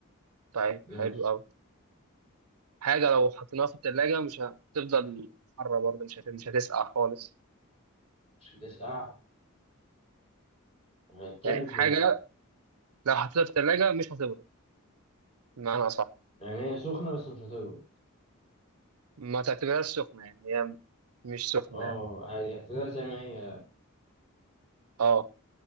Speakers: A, on the right; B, on the left.
A: طيب
B: ماشي
A: حلو أوي حاجة لو حطيناها في التلاجة مش هتفضل حرة برضه مش هت... مش هتسقع خالص
B: مش هتسقع وهي التلج
A: يعني حاجة
B: يعني
A: لو حطيتها في التلاجة مش هتبرد بمعنى أصح
B: يعني هي سخنة بس مش هتبرد
A: ما تعتبرهاش سخنة يعني هي مش سخنة
B: اه
A: يعني
B: عادي هتبقى زي ما هي
A: اه